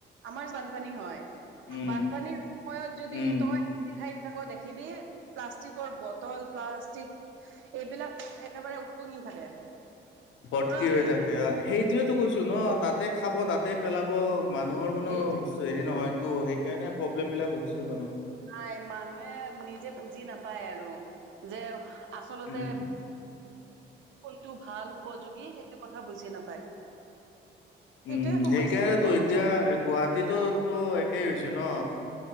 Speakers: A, on the right; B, on the left.
A: আমাৰ যে বানপানী হয়।
B: উম
A: বানপানীৰ সময়ত যদি
B: উম
A: তই সেই ঠাইত থাক দেখিবি প্লাষ্টিকৰ বটল, প্লাষ্টিক এইবিলাক একেবাৰে উপঙি থাকে।
B: ভৰ্তি
A: পুৰা
B: হৈ
A: ভাহি
B: থাকে, অ সেইটোয়েটো কৈছো ন তাতে খাব তাতে পেলাব মানুহৰ কোনো
A: এইটো
B: হেৰি নহয় তো সেইকাৰণে প্ৰব্লেম বিলাক হৈছে মানুহৰ।
A: নাই মানুহে নিজে বুজি নাপায় আৰু, যে আচলতে
B: উম
A: কোনটো ভাল উপযোগী সেইটো কথা বুজি নাপায়। সেইটোয়ে
B: উম'
A: সমস্যা
B: সেইকাৰণেতো
A: অকল
B: এতিয়া গুৱাহাটীতো
A: চৰকাৰ
B: তো একেই হৈছে ন।